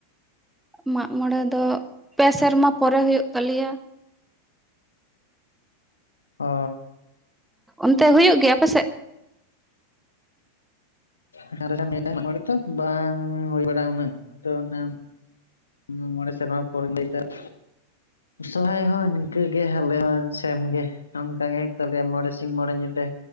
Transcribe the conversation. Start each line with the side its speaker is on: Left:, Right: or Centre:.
Centre: ᱢᱟᱜ ᱢᱚᱬᱮ ᱫᱚ ᱯᱮ ᱥᱮᱨᱢᱟ ᱯᱚᱨᱮ ᱦᱩᱭᱩᱜ ᱛᱟᱞᱮᱭᱟ᱾
Left: ᱚᱻ
Centre: ᱚᱱᱛᱮ ᱦᱩᱭᱩᱜ ᱜᱮᱭᱟ ᱟᱯᱮ ᱥᱮᱫ?
Left: <unintelligible> ᱵᱟᱝ ᱦᱩᱭ ᱵᱟᱲᱟᱜ ᱩᱱᱟᱹᱜ ᱫᱚ ᱚᱱᱟ᱾ ᱦᱩᱸ ᱢᱚᱬᱮ ᱥᱮᱨᱢᱟ ᱯᱚᱨᱮᱧ ᱞᱟᱹᱭ ᱫᱟ ᱾ ᱥᱚᱨᱦᱟᱭ ᱦᱚᱸ ᱱᱤᱝᱠᱟᱹ ᱜᱮ ᱟᱞᱮ ᱦᱚ ᱥᱮᱢ ᱜᱮ᱾ ᱚᱱᱠᱟ ᱜᱮ ᱦᱩᱭᱩᱜ ᱛᱟᱞᱮᱭᱟ ᱢᱚᱬᱮ ᱥᱤᱧ ᱢᱚᱬᱮ ᱧᱤᱫᱟᱹ